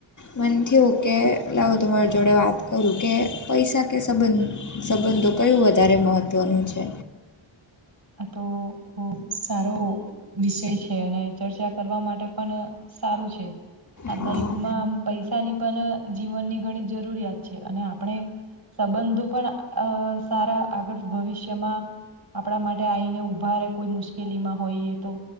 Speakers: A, on the left; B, on the right.
A: મન થયું કે એટલે હું તમારી જોડે વાત કરું કે પૈસા કે સંબંધ? સંબંધો કયું વધારે મહત્ત્વનું છે?
B: આ તો બહ સારો વિષય છે અને ચર્ચા કરવા માટે પણ સારું છે. આજના
A: હા
B: યુગમાં આમ પૈસાની પણ જીવનની ઘણી જ જરૂરિયાત છે અને આપણે સંબંધો પણ સારા આગળ ભવિષ્યમાં આપડા માટે આવીને ઊભા ર કોઈ મુશ્કેલીમાં હોઈએ તો.